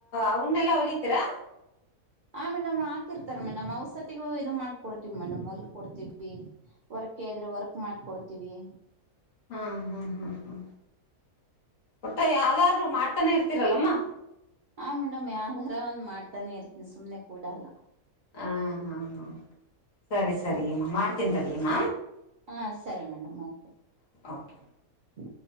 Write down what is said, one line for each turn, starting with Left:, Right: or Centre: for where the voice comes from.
Left: ಅವನ್ನೆಲ್ಲ ಹೊಲಿತೀರಾ.
Right: ಆ ಮೇಡಮ್ ಹಾಕಿರ್ತಾರ್ ಮೇಡಮ್ ಔಸತಿಗೂ ಇದದು ಮಾಡ್ಕೊಡ್ತಿವಿ ಮೇಡಮ್ ಹೊಲೆದು ಕೊಡ್ತತಿವಿ. ವರ್ಕ್ ಹೇಳ್ರೆ ವರ್ಕ್ ಮಾಡಕೊಡ್ತೀವಿ.
Left: ಹಾ ಹಾ ಹಾ ಹಾ ಪುಟ್ಟ ಯಾವ್ದಾದ್ರರು ಮಾಡ್ತಾನೆ ಇರ್ತೀರಲ್ಲಮ್ಮ
Right: ಹ ಮೇಡಮ್ ಯಾವಧಾರ ಒಂದ್ ಮಾಡ್ತಾನೆ ಇರ್ತೀನಿ ಸುಮ್ನೆ ಕೂಡ ಅಲ್ಲ
Left: ಹ ಹಾ ಹಾ ಸರಿ ಸರಿಯಮ್ಮ ಮಾಡ್ತೀನ್ ತಡಿಯಮ್ಮ
Right: ಹಾ ಸರಿ ಮೇಡಮ್ ಓಕೆ
Left: ಓಕೆ
Right: ಹ